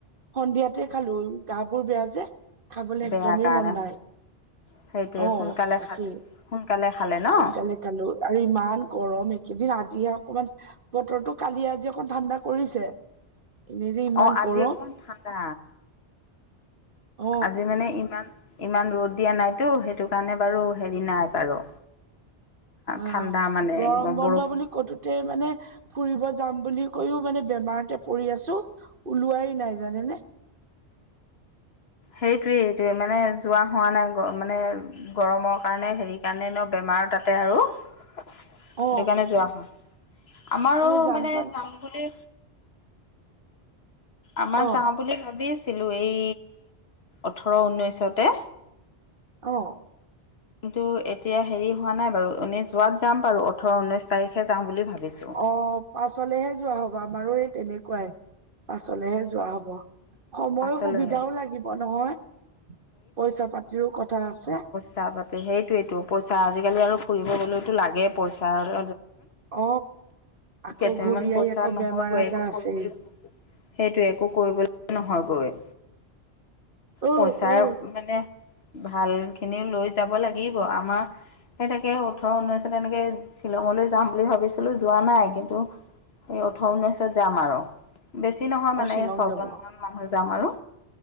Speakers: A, on the right (about 55°); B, on the left (about 70°).
A: সন্ধিয়াতে খালো। গা বোৰ বেয়া যে খাবলৈ একদমেই
B: বেয়া কাৰণে
A: মন নাই।
B: সেইটোৱে
A: অ
B: সোনকালে
A: তাকেই
B: খালে, সোনকালে খালে ন।
A: সোনকালে খালো। আৰু ইমান গৰম এইকেইদিন আজিহে অকমান, বতৰটো কালি আজি অকন ঠাণ্ডা কৰিছে। এনেই যে ইমান
B: অ আজি
A: গৰম।
B: অকমান ঠাণ্ডা
A: অ
B: আজি মানে ইমান, ইমান ৰদ দিয়া নাইতো সেইটো কাৰণে বাৰু হেৰি নাই বাৰু।
A: অ'
B: ঠাণ্ডা মানে
A: গৰম বন্ধ
B: বৰষুণ
A: বুলি ক'তো, মানে ফুৰিব যাম বুলি কৈও মানে বেমাৰতে পৰি আছোঁ। ওলোৱাই নাই জানেনে?
B: সেইটোৱেই, এইটোৱে মানে যোৱা হোৱা নাই মানে। গৰমৰ কাৰণে হেৰি কাৰণে ন, বেমাৰো তাতে আৰু, সেইটো
A: অ
B: কাৰণে যোৱা নাই, আমাৰো
A: এনে
B: মানে
A: চাম
B: যাম বুলি, আমাৰ
A: অ
B: যাওঁ বুলি ভাবিছিলোঁ। এই ওঠৰ উঠৰ ঊনৈশতে।
A: অ'
B: কিন্তু, এতিয়া হেৰি হোৱা নাই বাৰু এনে যোৱাত যাম বাৰু। ওঠৰ ঊনৈছ তাৰিখে যাওঁ বুলি ভাবিছোঁ।
A: অ' পাছলেহে যোৱা হব আমাৰো এই তেনেকুৱাই পাছলেহে যোৱা হ'ব। সময়
B: পাছলৈ
A: সুবিধাও লাগিব নহয়, পইচা পাতিৰো কথা আছে।
B: তাৰ পিছতে সেইটোৱেইো পইচা আজিকালি আৰু ফুৰিব গলেতো লাগেই পইচাৰ।
A: অ আকৌ
B: কেইটামান
A: ঘূৰি আহি
B: পইচা
A: আকৌ
B: নহয়
A: বেমাৰ
B: গৈ
A: আজাৰ
B: দেখোন।
A: আছেই
B: সেইটোৱেই একো কৰিবলৈ নহয়গৈ।
A: অ
B: পইচাৰ
A: অ
B: মানে ভাল খিনি লৈ যাব লাগে। ে ওঠ ঊনৈনেক শ্ব <unintelligible> যাম বুলি ভাবিছিলোঁ যোৱা নাই। কিন্তু এই ওঠৰ ঊনৈছত যাম আৰু। বেছি নহয়
A: অ
B: মানে
A: শ্বিলং
B: ছয়
A: যাব
B: জন মান মানুহ যাম আৰু।